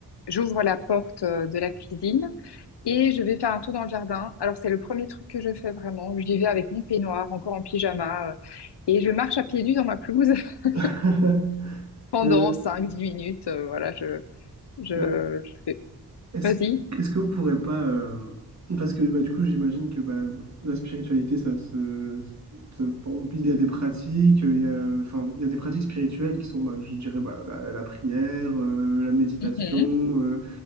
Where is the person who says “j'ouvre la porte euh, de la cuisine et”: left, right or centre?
Left